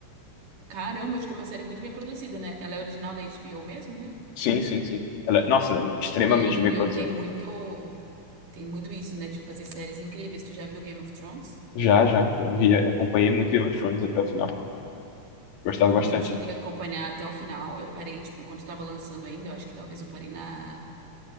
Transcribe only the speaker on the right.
Caramba, acho que é uma série muito bem produzida, né? Ela é original da HBO mesmo, né?
Pô, e a HBO
tem muito. Tem muito isso, né? De fazer séries incríveis. Tu já viu Game of Thrones?
Eu não cheguei a acompanhar até o final. Eu parei, tipo, enquanto tava lançando ainda. Eu acho que talvez eu parei na